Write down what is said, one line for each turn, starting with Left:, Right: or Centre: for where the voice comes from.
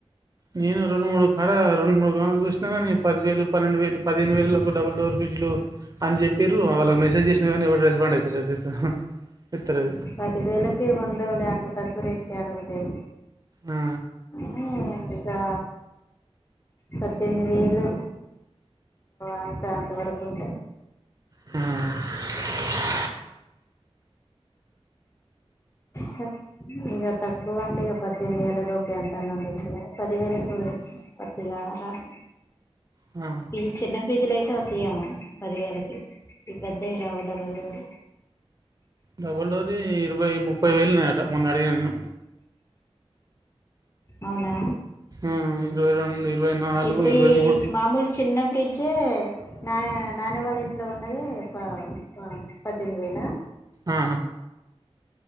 Right: నేను రొండు మూడు కాడ రొండు మూడు వాములు చూసినా గానీ, పదివేలు, పన్నెండు వేలు, పదిహేను వేలకు డబుల్ డోర్ ఫ్రిడ్జ్ లు అని చెప్పిర్రు వాళ్ళకి మెసేజ్ చేసినా కానీ, ఎవడు రెస్పాండ్ అయితలేదు తెలుసా! ఎత్తలేదు
Left: పది వేలకి ఏం ఉండవులే అంత తక్కువ రేటు కి యాడుంటాయి?
Right: ఆ
Left: మ్ ఇంకా పద్దెనిమిది వేలు అంత, అంత వరకు ఉంటాయి.
Right: ఆ
Left: హ ఇక తక్కువ అంటే, ఇక పద్దెనిమిది వేల లోపే ఎంతన్న ఉండొచ్చు కాని, పదివేలకు ఒత్తిగా రాదు
Right: ఆ
Left: ఈ చిన్న ఫ్రిడ్జ్ లయితే వత్తయేమో పది వేలకి. ఈ పెద్దవి రావు డబల్ డోర్ వి.
Right: డబుల్ డోర్ యి ఇరవై ముప్పై వేలు ఉన్నాయట మొన్న అడిగినా నేను
Left: అవునా
Right: ఆ ఇరవై రెండు, ఇరవై నాలుగు,
Left: ఇప్పుడు
Right: ఇరవై
Left: ఈ
Right: మూడు
Left: మామూలు చిన్న ఫ్రిడ్జ్ ఏ నా నానీ వాళ్ళ ఇంట్లో ఉన్నదే ప ప పద్దెనిమిది వేల?
Right: ఆ